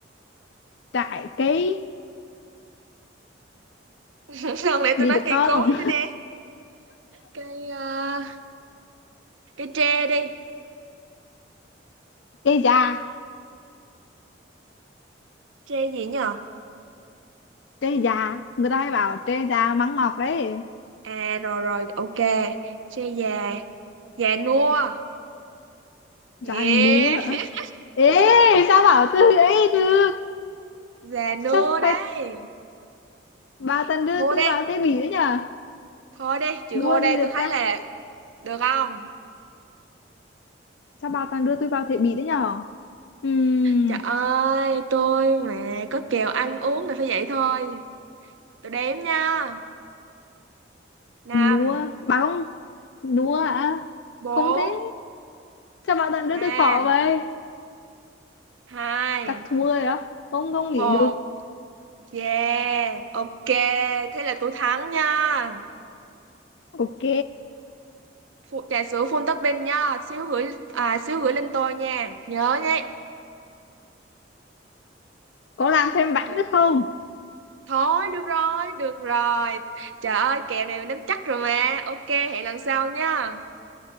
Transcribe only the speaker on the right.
<laughs> Không lẽ
tôi nói
cây
cối nữa nè. Cây ờ, cây tre đi.
Tre gì nhờ?
À rồi rồi, ok. Tre già, già nua. Yeah.
<laughs>
Già
nua đấy.
Chịu
thua
đi.
Thôi đi, chịu
thua đây,
tôi thấy
là được không?
Trời ơi, tôi mà có kèo ăn uống là phải vậy thôi. Tôi đếm nha. năm,
4,
3.
hai
một
yeah ok thế là tôi thắng nha
Phụ, trà sữa full topping nha xíu gửi à xíu gửi lên tôi nha nhớ nhé
Được.
thôi được rồi được rồi trời ơi kèo này mình nắm chắc rồi mà ok hẹn lần sau nha